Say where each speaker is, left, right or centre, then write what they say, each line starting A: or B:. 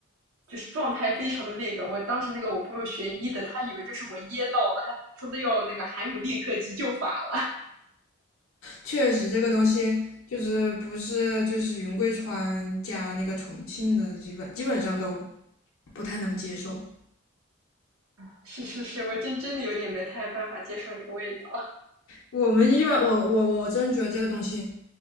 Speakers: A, on the right; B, on the left.
A: 就是状态非常的那个。我当时那个我朋友学医的，他以为就是我噎到了，他说的要那个海姆立克急救法了。
B: 确实这个东西就是不是就是云贵川加那个重庆的，基本基本上都不太能接受。
A: <laughs> 是是是，我真真的有点没太办法接受那个味道。
B: 我们一般，我我我真觉得这个东西，